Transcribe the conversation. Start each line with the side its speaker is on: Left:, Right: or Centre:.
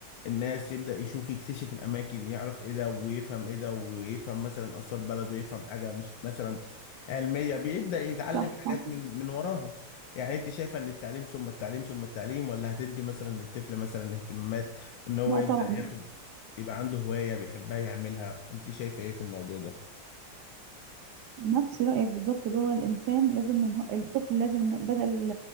Left: الناس يبدأ يشوف يكتشف الأماكن يعرف إيه ده ويفهم إيه ده ويفهم مثلا آثار بلده ويفهم حاجة مش مثلا علمية بيبدأ يتعلم
Right: صح
Left: حاجات
Right: صح
Left: من من وراها يعني أنت شايفة إن التعليم ثم التعليم ثم التعليم ولا هتدي مثلا الطفل مثلا اهتمامات إن هو
Right: لا
Left: يبدأ
Right: طبعا
Left: ياخد يبقى عنده هواية بيحبها يعملها أنت شايفة إيه في الموضوع ده؟
Right: نفس رأيك بالظبط اللي هو الإنسان لازم إن هو الطفل لازم إن بدل